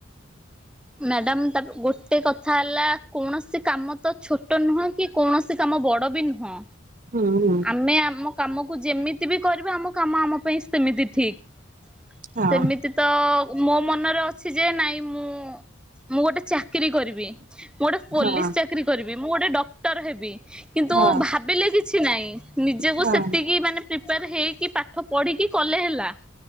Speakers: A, in the centre; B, on the right (about 45°).
A: ମ୍ୟାଡ଼ାମ ତା ଗୋଟେ କଥା ହେଲା କୌଣସି କାମ ତ ଛୋଟ ନୁହଁ। କି କୌଣସି କାମ ବଡ ବି ନୁହଁ।
B: ହୁଁ।
A: ଆମେ ଆମ କାମକୁ ଯେମିତି ବି କରିବା ଆମ କାମ ଆମ ପାଇଁ ସେମିତି ଠିକ।
B: ହଁ
A: ସେମିତି ତ ମୋ ମନରେ ଅଛି ଯେ ନାଇଁ ମୁଁ ମୁଁ ଗୋଟେ ଚାକିରୀ କରିବି ମୁଁ ଗୋଟେ ପୋଲିସ
B: ହଁ
A: ଚାକିରୀ କରିବି ମୁଁ ଗୋଟେ ଡକ୍ଟର ହେବି। କିନ୍ତୁ
B: ହଁ
A: ଭାବିଲେ କିଛି ନାହିଁ ନିଜକୁ
B: ହଁ
A: ସେତିକି ମାନେ ପ୍ରିପେୟାର ହେଇକି ପାଠ ପଢ଼ିକି କଲେ ହେଲା।